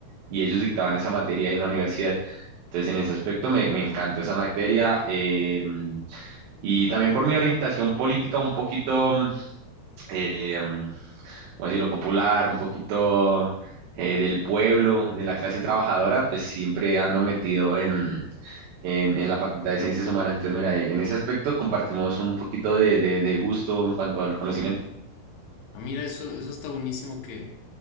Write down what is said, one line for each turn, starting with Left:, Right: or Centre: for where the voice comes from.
Right: Y ellos dictaban esa materia en la universidad. Entonces, en ese aspecto me, me encantó esa materia. eh, y también por mi orientación política un poquito, mm, eh, mm, ¿cómo decirlo, popular, un poquito eh, del pueblo, de la clase trabajadora, pues siempre ando metido en en, en la Facultad de Ciencias Humanas. Entonces, mira, en ese aspecto compartimos un poquito de, de- de gusto en cuanto al conocimiento.
Left: Ah, mira, eso, eso está buenísimo que,